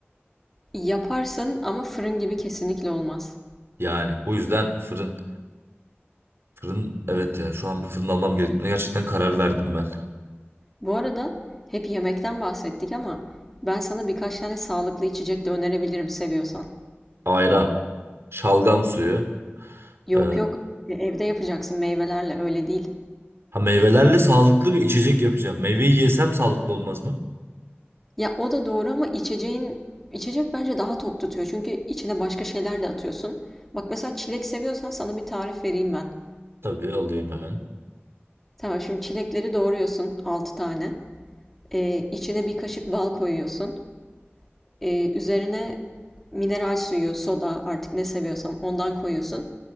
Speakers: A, in the centre; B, on the right (about 65°).
A: Yaparsın ama fırın gibi kesinlikle olmaz.
B: Yani bu yüzden fırın. Fırın evet ya şu an bir fırın almam gerektiğine gerçekten karar verdim ben.
A: Bu arada hep yemekten bahsettik ama ben sana birkaç tane sağlıklı içecek de önerebilirim seviyorsan.
B: Ayran, şalgam suyu.
A: Yok
B: ee,
A: yok e, evde yapacaksın meyvelerle öyle değil.
B: ha meyvelerle sağlıklı bir içecek yapacağım. Meyveyi yesem sağlıklı olmaz mı?
A: Ya o da doğru ama içeceğin içecek bence daha tok tutuyor. Çünkü içine başka şeyler de atıyorsun. Bak mesela çilek seviyorsan sana bir tarif vereyim ben.
B: Tabii alayım hemen.
A: Tamam şimdi çilekleri doğruyorsun 6 tane. Ee, içine bir kaşık bal koyuyorsun. Ee, üzerine mineral suyu, soda artık ne seviyorsan ondan koyuyorsun.